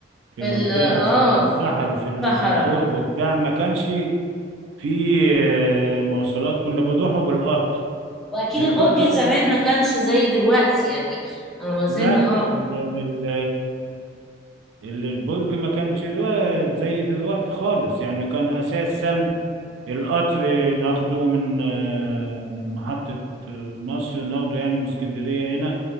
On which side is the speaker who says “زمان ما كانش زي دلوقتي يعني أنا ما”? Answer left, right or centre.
Centre